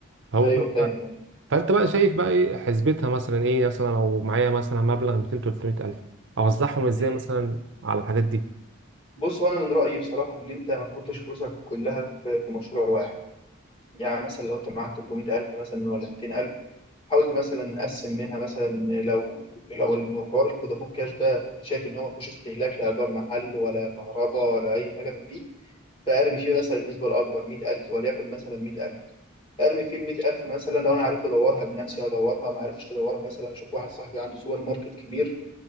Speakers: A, on the right (about 65°); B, on the left (about 30°).
A: هو
B: ايوه
A: كل
B: فاهم
A: ده فانت بقى شايف بقى ايه حسبتها مثلا ايه مثلا لو معايا مثلا مبلغ 200 300 الف اوزعهم ازاي
B: مم.
A: مثلا على الحاجات دي
B: بص وانا من رايي بصراحه ان انت ما تحطش فلوسك كلها في في مشروع واحد يعني مثلا لو انت معاك 300000 مثلا ولا 200000 حاولت مثلا اقسم منها مثلا لو لو المحور الفودافون كاش ده شايف ان هو ما فيهوش استهلاك لايجار محل ولا كهرباء ولا اي حاجه من دي فارمي فيه مثلا النسبه الاكبر 100000 وليكن مثلا 100000 ارمي فيه ال 100000 مثلا لو انا عرفت ادورها بنفسي ادورها ما عرفتش ادورها مثلا اشوف واحد صاحبي عنده سوبر ماركت كبير